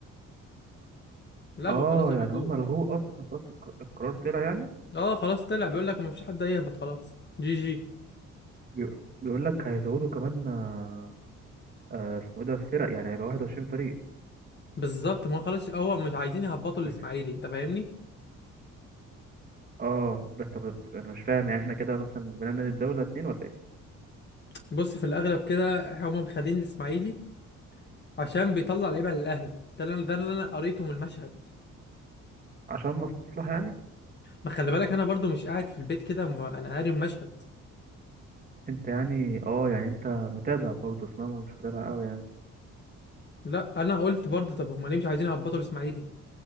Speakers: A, on the left (about 35°); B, on the right (about 30°).
A: لغوا
B: اه
A: خلاص الهبوط
B: يعني هم لغوه اصلا خلاص الق- القرار طلع يعني
A: اه خلاص طلع بيقول لك مفيش حد هيهبط خلاص جي جي
B: بيق- بيقول لك هيزودوا كمان آه، آه، اسمه ايه ده فرق يعني هيبقى 21 فريق
A: بالظبط ما هو خلاص هو مش عايزين يهبطوا الاسماعيلي
B: بس
A: انت فاهمني
B: اه بس طب انا مش فاهم يعني احنا كده مثلا بنعمل الدولة اتنين ولا ايه
A: بص في الاغلب كده هم مخلين الاسماعيلي عشان بيطلع لعيبه للاهلي ده اللي أنا- ده اللي انا قريته من المشهد
B: عشان مصلحة يعني
A: ما خلي بالك انا برضو مش قاعد في البيت كده م- انا قاري المشهد
B: انت يعني اه يعني انت متابع برضه اصل انا مش متابع قوي يعني
A: لا انا قلت برضو طب هم ليه مش عايزين يهبطوا الاسماعيلي